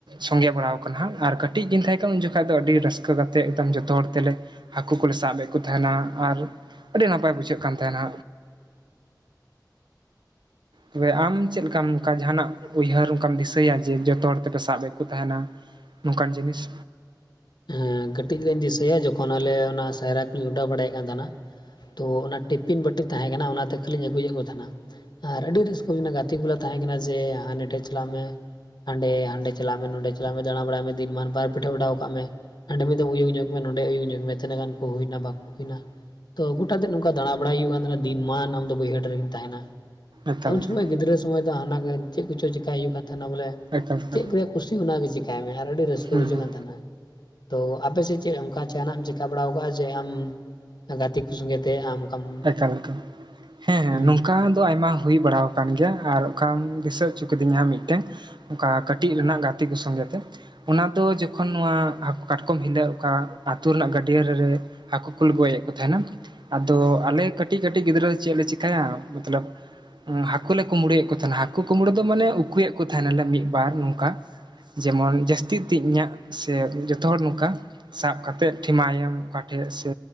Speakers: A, on the right; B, on the left.
A: ᱥᱚᱸᱜᱮ ᱵᱟᱲᱟ ᱟᱠᱟᱱᱟᱜ ᱟᱨ ᱠᱟᱹᱴᱤᱡ ᱫᱤᱱ ᱛᱟᱦᱮᱸ ᱠᱟᱱᱟ ᱩᱱᱚᱠᱷᱚᱱ ᱵᱟᱠᱷᱟ ᱫᱚ ᱟᱹᱰᱤ ᱨᱟᱹᱥᱠᱟᱹ ᱠᱟᱛᱮᱫ ᱮᱠᱫᱚᱢ ᱡᱚᱛᱚ ᱦᱚᱲ ᱛᱮᱞᱮ ᱦᱟᱹᱠᱩ ᱠᱚᱞᱮ ᱥᱟᱵᱮᱫ ᱠᱚ ᱛᱟᱦᱮᱱᱟ ᱟᱨ ᱟᱹᱰᱤ ᱱᱟᱯᱟᱭ ᱵᱩᱡᱷᱟᱹᱜ ᱠᱟᱱ ᱛᱟᱦᱮᱱᱟ ᱛᱚᱵᱮ ᱟᱢ ᱪᱮᱫᱞᱮᱠᱟᱢ ᱚᱱᱠᱟ ᱡᱟᱦᱟᱱᱟᱜ ᱩᱭᱦᱟᱹᱨ ᱚᱱᱠᱟᱢ ᱫᱤᱥᱟᱹᱭᱟ ᱡᱮ ᱡᱚᱛᱚ ᱦᱚᱲ ᱛᱮᱯᱮ ᱥᱟᱵᱮᱫ ᱠᱚ ᱛᱟᱦᱮᱱᱟ ᱱᱚᱝᱠᱟᱱ ᱡᱤᱱᱤᱥ
B: ᱦᱮᱸ ᱠᱟᱹᱴᱤᱡ ᱨᱮ ᱤᱧ ᱫᱤᱥᱟᱹᱭᱟ ᱡᱚᱠᱷᱚᱱ ᱟᱞᱮ ᱚᱱᱟ ᱥᱟᱭᱨᱟ ᱠᱩᱧ ᱚᱰᱟᱨ ᱵᱟᱲᱟᱭᱮᱫ ᱠᱟᱱ ᱛᱟᱦᱮᱱᱟ ᱛᱚ ᱚᱱᱟ ᱴᱤᱯᱤᱱ ᱵᱟᱹᱴᱤ ᱛᱟᱦᱮᱸ ᱠᱟᱱᱟ ᱚᱱᱟᱛᱮ ᱠᱷᱟᱹᱞᱤᱧ ᱟᱹᱜᱩᱭᱮᱫ ᱠᱚ ᱛᱟᱦᱮᱱᱟ ᱟᱨ ᱟᱹᱰᱤ ᱨᱟᱹᱥᱠᱟᱹ ᱦᱩᱭᱱᱟ ᱜᱟᱛᱮ ᱜᱩᱞᱟ ᱛᱟᱦᱮᱸ ᱠᱟᱱᱟ ᱡᱮ ᱟᱸᱰᱮ ᱱᱟᱰᱮ ᱪᱟᱞᱟᱜ ᱢᱮ ᱦᱟᱸᱰᱮ ᱦᱟᱸᱰᱮ ᱪᱟᱞᱟᱜ ᱢᱮ ᱱᱚᱰᱮ ᱪᱟᱞᱟᱜ ᱢᱮ ᱫᱟᱬᱟ ᱵᱟᱲᱟᱭ ᱢᱮ ᱫᱤᱱ ᱢᱟᱱ ᱵᱟᱨ ᱯᱤᱴᱷᱟᱹᱣ ᱚᱰᱟᱣ ᱠᱟᱜ ᱢᱮ ᱟᱸᱰᱮ ᱢᱤᱫ ᱫᱚᱢ ᱩᱭᱩᱜ ᱧᱚᱜ ᱢᱮ ᱱᱚᱸᱰᱮ ᱩᱭᱩᱝ ᱧᱚᱜᱽ ᱢᱮ ᱛᱤᱱᱟᱹᱜ ᱜᱟᱱ ᱠᱚ ᱦᱩᱭᱱᱟ ᱵᱟᱠᱚ ᱦᱩᱭᱱᱟ ᱛᱚ ᱜᱚᱴᱟ ᱫᱤᱱ ᱱᱚᱝᱠᱟ ᱫᱟᱬᱟ ᱵᱟᱲᱟᱭ ᱦᱩᱭᱩᱜ ᱠᱟᱱ ᱛᱟᱦᱮᱱᱟ ᱫᱤᱱ ᱢᱟᱱ ᱟᱢ ᱫᱚ ᱵᱟᱹᱭᱦᱟᱹᱲ ᱨᱮᱜᱮ ᱛᱟᱦᱮᱱᱟ
A: ᱮᱠᱟᱞ
B: ᱩᱱ
A: ᱮᱠᱟᱞ
B: ᱥᱚᱢᱚᱭ ᱜᱤᱫᱽᱨᱟᱹ ᱥᱚᱢᱚᱭ ᱫᱚ ᱦᱟᱱᱟ ᱪᱮᱫ ᱠᱚᱪᱚᱝ ᱪᱮᱠᱟᱹᱭ ᱦᱩᱭᱩᱜ ᱠᱟᱱ ᱛᱟᱦᱮᱱᱟ ᱵᱚᱞᱮ
A: ᱮᱠᱟᱞ ᱮᱠᱟᱞ
B: ᱪᱮᱫ ᱠᱚ ᱨᱮᱭᱟᱜ ᱠᱩᱥᱤᱜ ᱚᱱᱟᱜᱮ ᱪᱮᱠᱟᱹᱭ ᱢᱮ ᱟᱨ ᱟᱹᱰᱤ ᱨᱟᱹᱥᱠᱟᱹ
A: ᱦᱩᱸ
B: ᱵᱩᱡᱷᱟᱹᱜ
A: ᱦᱩᱸ
B: ᱠᱟᱱ ᱛᱟᱦᱮᱸᱱᱟ ᱛᱚ ᱟᱯᱮ ᱥᱮᱫ ᱪᱮᱫ ᱚᱱᱠᱟ ᱡᱟᱦᱟᱱᱟᱜ ᱮᱢ ᱪᱤᱠᱟ ᱵᱟᱲᱟ ᱟᱠᱟᱜᱼᱟ ᱡᱮ ᱟᱢ ᱜᱟᱛᱮ ᱠᱚ ᱥᱚᱸᱜᱮ ᱛᱮ ᱟᱢ ᱚᱱᱠᱟᱢ
A: ᱮᱠᱟᱞᱠᱟ ᱦᱮᱸ
B: ᱦᱩᱸ
A: ᱱᱚᱝᱠᱟ ᱫᱚ ᱟᱭᱢᱟ ᱦᱩᱭ ᱵᱟᱲᱟ ᱟᱠᱟᱱ ᱜᱮᱭᱟ ᱟᱨ ᱚᱠᱟᱢ ᱫᱤᱥᱟ ᱦᱚᱹᱪᱚ ᱠᱤᱫᱤᱧᱟ ᱢᱤᱫᱴᱮᱱ ᱚᱱᱠᱟ ᱠᱟᱹᱴᱤᱡ ᱨᱮᱱᱟᱜ ᱜᱟᱛᱮ ᱠᱚ ᱥᱚᱸᱜᱮ ᱛᱮ ᱚᱱᱟ ᱫᱚ ᱡᱚᱠᱷᱚᱱ ᱱᱚᱣᱟ ᱦᱟᱹᱠᱩ ᱠᱟᱴᱠᱚᱢ ᱦᱤᱞᱳᱜ ᱚᱠᱟ ᱟᱛᱳ ᱨᱮᱱᱟᱜ ᱜᱟᱹᱰᱭᱟᱹ ᱨᱮ ᱦᱟᱹᱠᱩ ᱠᱚᱞᱮ ᱜᱚᱡᱮᱫ ᱠᱚ ᱛᱟᱦᱮᱱᱟ ᱟᱫᱚ ᱟᱞᱮ ᱠᱟᱹᱴᱤᱡ ᱠᱟᱹᱴᱤᱡ ᱜᱤᱫᱽᱨᱟᱹ ᱪᱮᱫ ᱞᱮ ᱪᱤᱠᱟᱹᱭᱟ ᱢᱚᱛᱞᱚᱵ ᱦᱟᱹᱠᱩᱞᱮ ᱠᱩᱢᱵᱽᱲᱩᱭᱮᱫ ᱠᱚ ᱛᱟᱦᱮᱱᱟ ᱦᱟᱹᱠᱩ ᱠᱩᱢᱵᱽᱲᱩ ᱫᱚ ᱢᱟᱱᱮ ᱩᱠᱩᱭᱮᱫ ᱠᱚ ᱛᱟᱦᱮᱱᱟᱞᱮ ᱢᱤᱫ ᱵᱟᱨ ᱱᱚᱝᱠᱟ ᱡᱮᱢᱚᱱ ᱡᱟᱹᱥᱛᱤᱛᱮ ᱤᱧᱟᱹᱜ ᱥᱮ ᱡᱚᱛᱚ ᱦᱚᱲ ᱱᱚᱝᱠᱟ ᱥᱟᱵ ᱠᱟᱛᱮᱫ ᱴᱷᱮᱢᱟᱭᱮᱢ ᱚᱠᱟᱴᱷᱮᱱ ᱥᱮ